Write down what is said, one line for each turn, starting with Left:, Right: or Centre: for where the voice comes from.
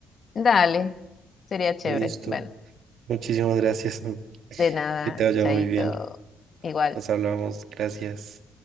Left: dale, sería chévere.
Right: Listo.
Left: Bueno,
Right: Muchísimas gracias. <laughs>
Left: de nada,
Right: Que te vaya
Left: chaito,
Right: muy bien.
Left: igual.
Right: Nos hablamos. Gracias.